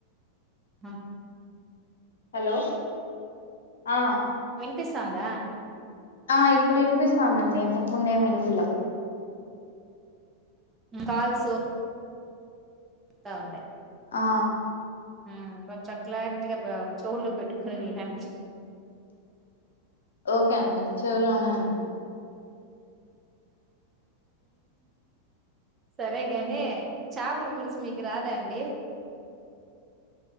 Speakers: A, on the right; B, on the left.
A: ఆ
B: హలో ఆ
A: పిస్తంద
B: ఆ ఇప్పుడు ఇనిపిస్తదండి ఇంతకు ముందేమి వినిపిలా
A: కాల్ సో స్తా ఉంటాయి
B: ఆ
A: ఉమ్ కొంచెం క్లారిటీగా బా చెవుల్లో పెట్టుకుని వినండి
B: ఓకే అండి చెవులోనే ఉంది
A: సరేగాని చాపలు పులుసు మీకు రాదా అండి.